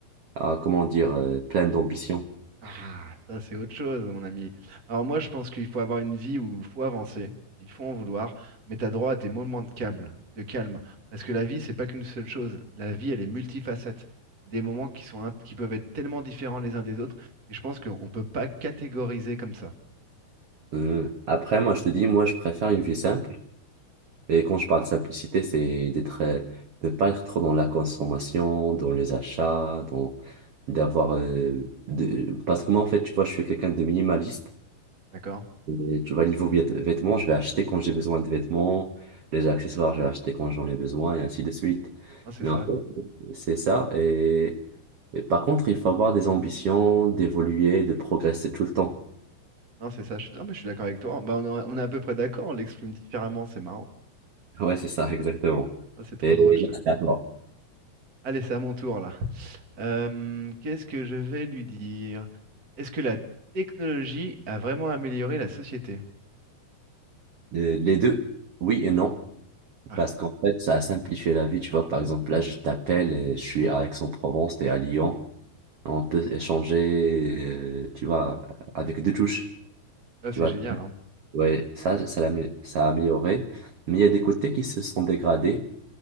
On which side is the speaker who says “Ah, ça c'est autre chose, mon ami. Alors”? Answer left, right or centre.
Right